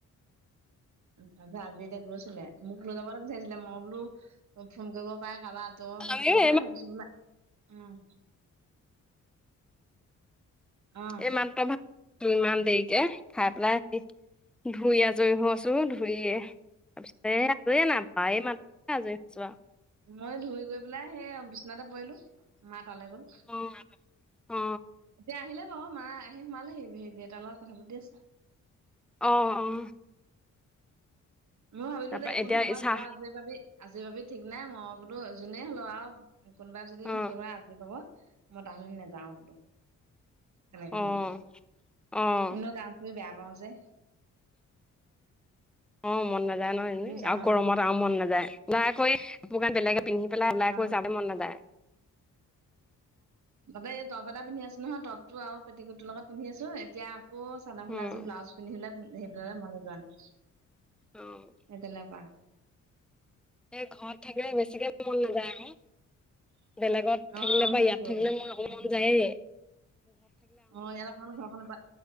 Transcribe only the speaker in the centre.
আমিও
এইমাত্ৰ
এই মাত্ৰ ভাত, ইমান দেৰিকে খাই পেলাই আহি ধুই আজৰি হৈছো। ধুইয়ে এ আজৰিয়ে নাপায়, এই মাত্ৰ আজৰি হৈছোঁ।
অ অ
অ', অ'।
তাৰপা
এতিয়া
চাহ
অ
অ',
অ',
অ', মন নাযায় নহয়
এনে,
আৰু গৰমত আৰু মন নাযায় ওলাই কৰি কাপোৰ কান বেলেগে পিন্ধি পেলাই ওলাই
কৰি যাব মন না নাযায়।
উম।
অ',
এ ঘৰত থাকিলে বেছিকে মন নাযায় আৰু। বেলেগত
থাকিলে বা
ইয়াত থাকিলে মোৰ অকমান
মন যায়ে।